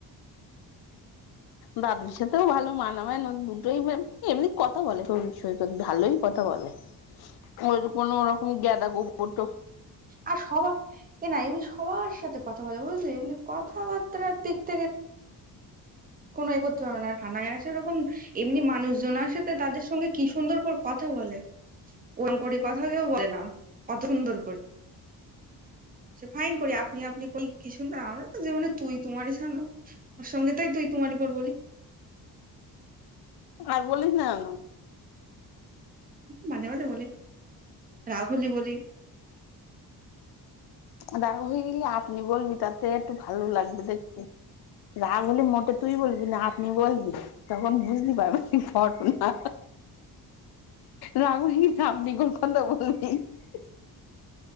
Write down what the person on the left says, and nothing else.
دادر س بھو مانا م ہے ن دوٹ ہی ام کتا ب س سو بھال ہی کتاا بے اور کو رکم گدا گبر تو
اور بس ن ن
ادا ب آپنی ب بھی ت ت ایکٹ بھ لگے دیکے راگ ہلی موٹے توئی بو نا آپنی ب بھی تخ بجتی پ کٹونا رگل ہی نام نہیں گل خند ب <unintelligible>